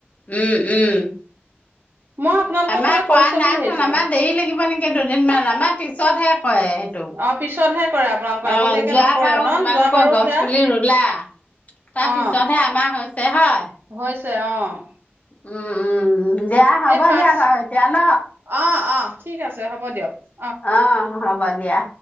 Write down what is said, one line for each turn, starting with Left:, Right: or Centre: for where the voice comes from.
Left: উম উম
Right: মই আপোনালোকৰ
Left: আমাৰ
Right: ফালে
Left: কোৱা
Right: কৰিছে
Left: নাইচোন
Right: বুলি ভাবিছিলো
Left: আমাৰ দেৰি লাগিব নেকি দুদিনমান আমাৰ পিছতহে হয় সেইটো
Right: অ পিছতহে কৰে আপোনালোকৰ
Left: অ
Right: আগতীয়াকে
Left: যোৱ
Right: নকৰে
Left: বাৰু
Right: ন
Left: তোমালোকৰ
Right: যোৱা বাৰু
Left: গছ
Right: সেয়া
Left: পুলি ৰুলা তাৰপিছতহে
Right: অ
Left: আমাৰ দেহাই
Right: হৈছে অ
Left: উম উম উ দিয়া হ'ব
Right: এই পাঁচ
Left: দিয়া বাৰু এতিয়া ন
Right: অ অ ঠিক আছে হ'ব দিয়ক
Left: অ হব দিয়া